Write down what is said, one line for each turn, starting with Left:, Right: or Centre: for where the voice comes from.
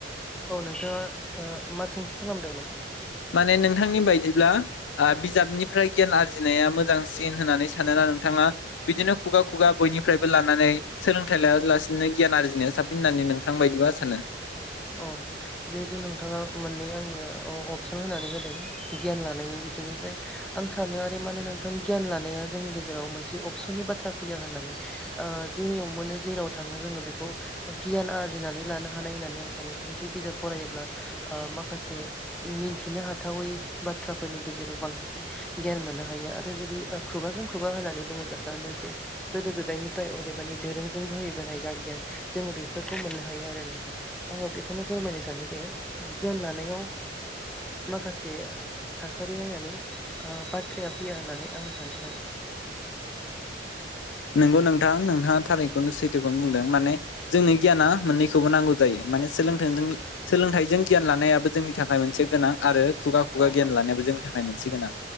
Centre: औ नोंथाङा मा सोंथि खालामदोंमोन
Left: माने नोंथांनि बायदिब्ला ओ बिजाबनिफ्राय गियान आरजिनाया मोजांसिन होननानै सानोना नोंथाङा बिदिनो खुगा खुगा बयनिफ्रायबो लानानै सोलोंथाइ लायालासिनो गियान आरजिनाया साबसिन होननानै नोंथां बायदिबा सानो
Centre: अ जिहेथु नोंथाङा मोननै आंनो अपसन होनानै होदों गियान लानायनि बिथिंनिफ्राय आं सानो आरो मा होन नोंथां गियान लानाया जोंनि गेजेराव मोनसे अपसननि बाथ्रा फैया होननानै ओ जेनियाव मोनो जेराव थाङो जोंङो बे खौ गियान आरजिनानै लानो हानाय होननानै आं सानो जिहेथु बिजाब फरायोब्ला ओ माखासे मिथिनो हाथावै बाथ्राफोरनि गेजेराव बांसिन गियान मोननो हायो। आरो जुदि खुगाजों खुगा होननानै बुङोब्ला सार मोनसे गोदो गोदायनिफ्राय अदेबानि दोरोंजों बोहैबोनाय जा गियान जोंङो बेफोरखौ मोननो हायो आरो नोंथां। आंङो बेखौनो फोरमायनो सानोदि गियान लानायाव माखासे थासारि नायनानै बाथ्राया फैया होननानै आं सानो माने।
Left: नोंगौ नोंथां नोंथाङा थारिखखौनो सैथोखौनो बुंदों। माने जोंनो गियाना मोननैखौबो नांगौ जायो माने सोलोंथाइजीं सोलोंथाइजों गियान लानायाबो जोंनि थाखाय मोनसे गोनां आरो खुगा-खुगा
Centre: औ
Left: गियान
Centre: औ
Left: लानायाबो जो नि थाखाय मोनसि गोनां